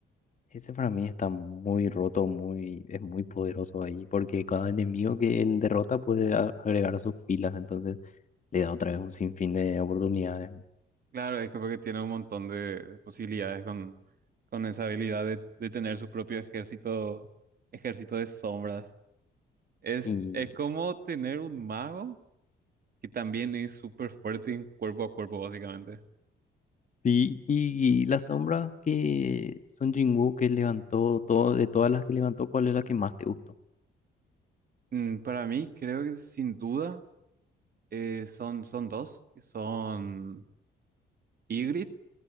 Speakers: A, on the left (about 40°); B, on the right (about 50°).
A: Ese para mí está muy roto, muy, es muy poderoso ahí, porque cada enemigo que él derrota puede a- agregar a sus filas, entonces le da otra vez un sinfín de oportunidades.
B: Claro, es que porque tiene un montón de, de posibilidades con, con esa habilidad de, de tener su propio ejército, ejército de sombras. Es,
A: Y,
B: es como tener un mago que también es súper fuerte en cuerpo a cuerpo, básicamente.
A: y, y la sombra que Son Jinwoo que levantó, todo, de todas las que levantó, ¿cuál es la que más te gustó?
B: Mm, para mí, creo que sin duda eh, son, son dos, que son Ygritte,